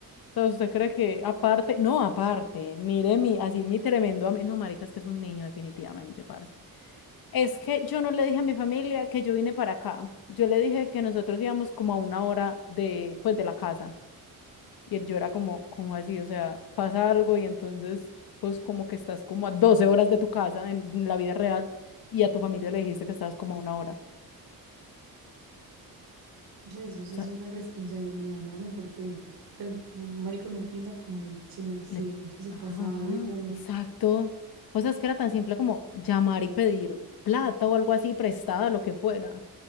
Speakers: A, on the left; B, on the right.
A: Entonces, ¿usted cree que aparte, no, aparte, mire mi, así mi tremendo amigo, no, marica, es que es un niño definitivamente, parce. Es que yo no le dije a mi familia que yo vine para acá, yo le dije que nosotros íbamos como a una hora de, pues, de la casa. Y él- yo era como, ¿cómo así? O sea, pasa algo y entonces, pues como que estás como a 12 horas de tu casa en la vida real y a tu familia le dijiste que estabas como a una hora. O
B: Pues eso sí
A: sea,
B: es una irresponsabilidad enorme porque pues, un marico no piensa como si me accidento,
A: le...
B: si
A: Ajá,
B: pasa algo.
A: exacto. O sea, es que era tan simple como llamar y pedir plata o algo así, prestada, lo que fuera.